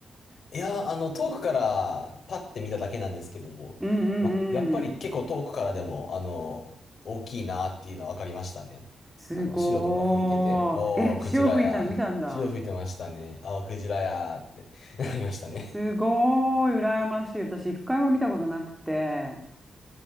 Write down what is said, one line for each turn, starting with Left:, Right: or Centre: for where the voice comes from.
Left: いやー、あの、遠くからパッて見ただけなんですけども、
Centre: うんう
Left: ま、やっぱり結構遠くからでも、
Centre: んうん。
Left: あの、大きいなっていうのは分かりましたね。
Centre: すごーい。
Left: あの、潮とか吹いてて、おー、
Centre: え、
Left: クジラや、
Centre: 潮吹いたの見たんだ。
Left: 潮吹いてましたね、あー、クジラやーって <laughs> なりましたね。
Centre: すごーい、羨ましい。私、一回も見たことなくて。